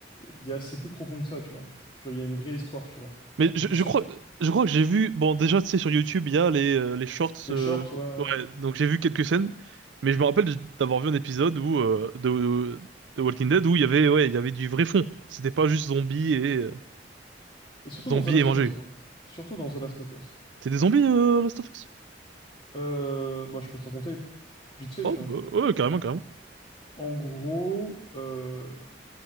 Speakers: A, on the left (about 30°); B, on the right (about 85°).
A: il Y a... C'est plus profond que ça, tu vois. Genre il y a une vraie histoire, tu vois.
B: Mais
A: Du-
B: je, je
A: Surtout.
B: crois, je crois que j'ai vu, bon, déjà, tu sais, sur YouTube, il y a les, euh, les shorts.
A: Les
B: euh,
A: shorts, ouais. ouais,
B: Ouais.
A: ouais.
B: Donc j'ai vu quelques scènes, mais je me rappelle d'avoir vu un épisode où euh, de, de Walking Dead où il y avait, ouais, il y avait du vrai fond. C'était pas juste zombies et euh,
A: Et surtout
B: zombies
A: dans The Last
B: et manger.
A: of Us, gros. Surtout dans The Last of Us.
B: C'est des zombies, euh, Last of Us?
A: Euh, bah, je peux te raconter vite fait,
B: Oh,
A: tu vois,
B: bah,
A: si tu veux.
B: ouais, carrément, carrément.
A: En gros, euh,